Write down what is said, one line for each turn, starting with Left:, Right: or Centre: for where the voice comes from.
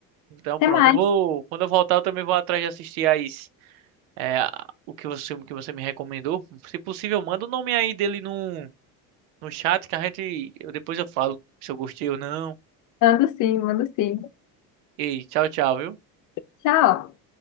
Right: Então
Left: Até
Right: pronto,
Left: mais.
Right: eu vou. Quando eu voltar, eu também vou atrás de assistir as. É, a- o que você, o que você me recomendou. Se possível, manda o nome aí dele no, no chat que a gente. Eu, depois eu falo se eu gostei ou não.
Left: Mando sim, mando sim.
Right: Ei, tchau, tchau, viu?
Left: Tchau.